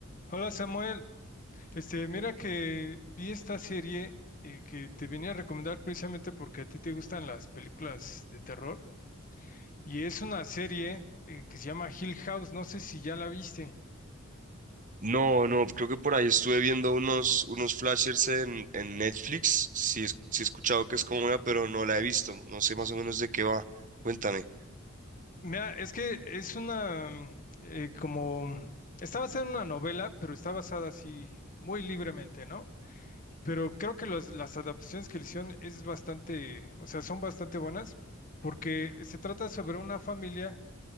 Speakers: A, on the left (about 40°); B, on the right (about 40°).
A: Hola Samuel, este, mira que vi esta serie eh, que te venía a recomendar precisamente porque a ti te gustan las películas de terror y es una serie eh, que se llama Hill House, no sé si ya la viste.
B: No, no, creo que por ahí estuve viendo unos, unos flashers en, en Netflix. Sí, es- sí he escuchado que es como una, pero no la he visto. No sé más o menos de qué va. Cuéntame.
A: Mira, es que es una mm, eh, como está basada en una novela, pero está basada así muy libremente, ¿no? Pero creo que los- las adaptaciones que le hicieron es bastante, o sea, son bastante buenas porque se trata sobre una familia